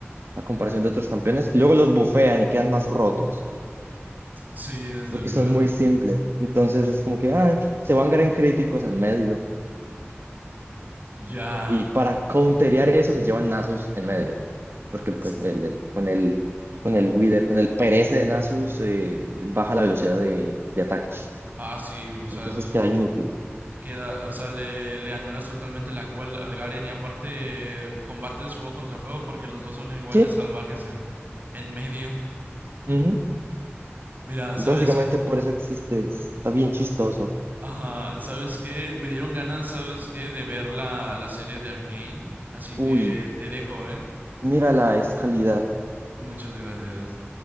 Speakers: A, on the right; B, on the right.
A: a comparación de otros campeones, y luego los bufean y quedan más rotos,
B: Sí, desde
A: porque
B: luego.
A: son muy simples. Entonces es como que ah, se van Garen críticos en medio,
B: Ya.
A: y para counterear eso se llevan Nasus en medio. porque
B: Es-
A: pues el, el- con el, con el Wither, con el Perece de Nasus, eh, baja la velocidad de, de ataque.
B: Ah, sí, o sea,
A: Entonces queda inútil.
B: queda, o sea, le, le anulas totalmente la cual al Garen y aparte combates fuego contra fuego porque los dos son igual
A: Sí,
B: de salvajes en, en medio.
A: ujú.
B: Mira, ¿sabes?
A: Básicamente
B: qué?
A: por eso existe, está bien chistoso.
B: Ajá, ¿sabes qué? Me dieron ganas, ¿sabes qué? De ver la, la serie de arcane así que
A: Uy,
B: te dejo, ¿eh?
A: mira la escalidad.
B: Muchas gracias.